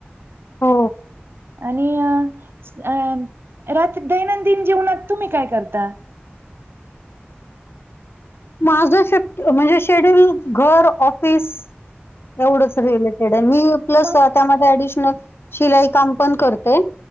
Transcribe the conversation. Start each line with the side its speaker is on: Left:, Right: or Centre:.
Left: हो
Right: आणि अ रात्री दैनंदिन जीवनात तुम्ही काय करता
Left: माझं शिफ्ट म्हणजे शेड्यूल घर ऑफिस एवढच रिलेटेड आहे मी प्लस
Right: मग
Left: त्यामध्ये डिशनल शिलाई काम पण करते